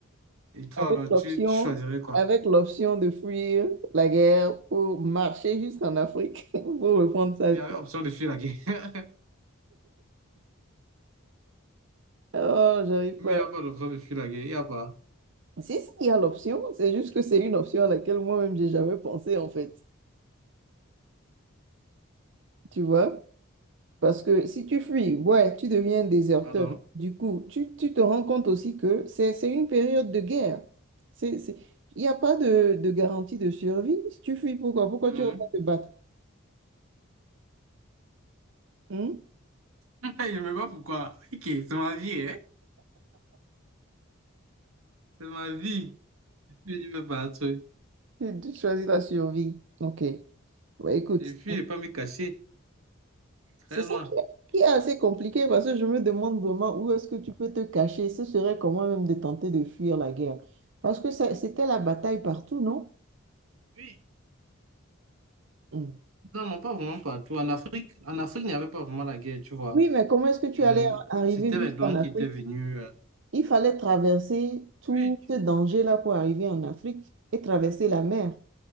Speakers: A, on the right (about 85°); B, on the right (about 60°).
A: Et toi,
B: avec
A: alors,
B: l'option,
A: tu, tu choisirais quoi?
B: avec l'option de fuir la guerre pour marcher jusqu'en Afrique <laughs> pour reprendre sa
A: Il
B: vie.
A: y avait option de fuir la guerre. <laughs>
B: Oh, j'arrive
A: Mais
B: pas.
A: il n'y a pas d'option de fuir la guerre, il n'y a pas.
B: Si, si, il y a l'option, c'est juste que c'est une option à laquelle moi-même j'ai jamais pensé en fait, tu vois? Parce que si tu fuis, ouais, tu deviens déserteur.
A: Pardon?
B: Du coup, tu, tu te rends compte aussi que c'est, c'est une période de guerre. C'est, c'est... Il n'y a pas de, de garantie de survie. Si tu fuis, pourquoi? Pourquoi
A: Mhm.
B: tu vas pas te battre? Hmm?
A: <laughs> Je ne sais pas pourquoi. Ok, c'est ma vie, hein? C'est ma vie. Je fuis, je ne veux pas un truc.
B: Tu tu choisis la survie. OK. Ouais, écoute,
A: Je fuis, je ne vais pas me cacher. Très
B: c'est ça
A: loin.
B: qui est, qui est assez compliqué parce que je me demande vraiment où est-ce que tu peux te cacher. Ce serait comment même de tenter de fuir la guerre. Parce que ça- c'était la bataille partout, non?
A: Oui.
B: Mm.
A: Non, non, pas vraiment partout. En Afrique, en Afrique, il n'y avait pas vraiment la guerre, tu vois.
B: Oui, mais comment est-ce que tu
A: Euh,
B: allais arriver
A: c'était
B: jusqu'en
A: les Blancs
B: Afrique?
A: qui étaient venus. euh,
B: Il fallait traverser tout
A: oui, tu,
B: ce danger-là pour arriver en Afrique et traverser la mer.